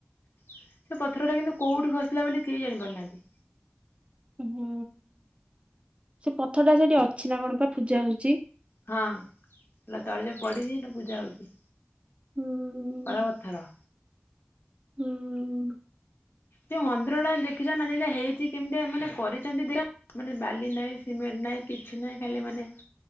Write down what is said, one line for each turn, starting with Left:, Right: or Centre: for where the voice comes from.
Left: ସେ ପଥର ଟା କିନ୍ତୁ କୋଉଠି ଖସିଲା ବୋଲି କେହି ଜାଣିପାରୁନାହାନ୍ତି।
Right: ହୁଁ। ସେ ପଥର ଟା ସେଠି ଅଛି ନା କଣ ପା ପୂଜା ହଉଚି?
Left: ହଁ, ହେଟା ତଳେ ପଡ଼ିଚି କିନ୍ତୁ ପୂଜା ହଉଚି
Right: ହୁଁ
Left: କଳାପଥର।
Right: ହୁଁ।
Left: ସେ ମନ୍ଦିର ଟା ଦେଖିଛ ନା ଯେନ୍ତିଆ ହେଇଛି କେମିତି ମାନେ କରିଛନ୍ତି ଦେ ମାନେ ବାଲି ନାହିଁ, ସିମେଣ୍ଟ ନାହିଁ, କିଛି ନାହିଁ ଖାଲି ମାନେ